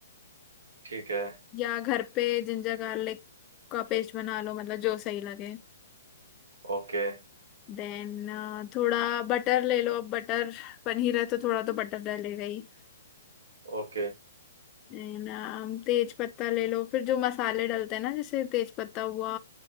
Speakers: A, on the right; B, on the left.
A: ठीक है
B: या घर पे जिंजर गार्लिक का पेस्ट बना लो मतलब जो सही लगे
A: ओके
B: देन थोड़ा बटर ले लो अब बटर पनीर है तो थोड़ा तो बटर डलेगा ही
A: ओके
B: नहीं ना हम तेज पत्ता ले लो फिर जो मसाले डलते हैं ना जैसे तेज पत्ता हुआ